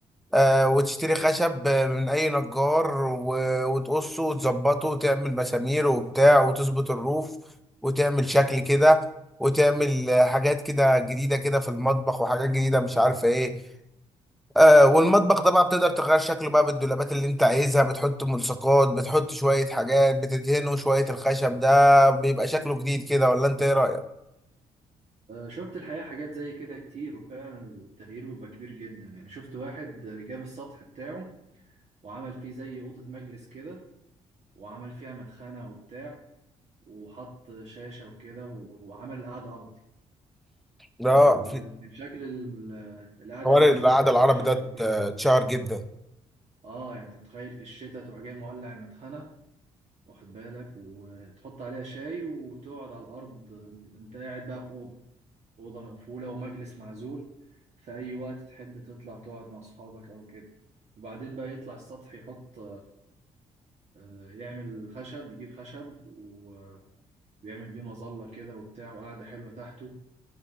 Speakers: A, in the centre; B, on the right.
A: آه وتشتري خشب آه، من أي نجار و- وتقصه وتظبطه وتعمل مسامير وبتاع وتظبط الروف وتعمل شكل كده وتعمل آه، حاجات كده جديدة كده في المطبخ وحاجات جديدة مش عارفة إيه آه والمطبخ ده بقى بتقدر تغير شكله بقى بالدولابات اللي انت عايزها بتحط ملصقات بتحط شوية حاجات بتدهنه شوية الخشب ده بيبقى شكله جديد كده ولا انت ايه رأيك؟
B: آه، شفت الحقيقة حاجات زي كده كتير وفعلا التغيير بيبقى كبير جدا يعني شفت واحد جاب السطح بتاعه وعمل فيه زي أوضة مجلس كده وعمل فيها مدخنة وبتاع وحط شاشة وكده و- وعمل القعدة أرضي
A: اه
B: فكان
A: في
B: شكل ال- القعدة
A: حوار
B: لذيذة
A: العادة
B: خالص
A: العربي
B: في الشتاء
A: ده ات-
B: وكده
A: اتشهر جدا
B: اه يعني انت متخيل في الشتاء تروح جاي مولع المدخنة واخد بالك وتحط عليها شاي وتقعد على الأرض انت قاعد بقى في أوضة أوضة مقفولة ومجلس معزول في أي وقت تحب تطلع تقعد مع أصحابك أو كده وبعدين بقى يطلع السطح يحط آه، يعمل خشب يجيب خشب و- ويعمل بيه مظلة كده وبتاع وقعدة حلوة تحته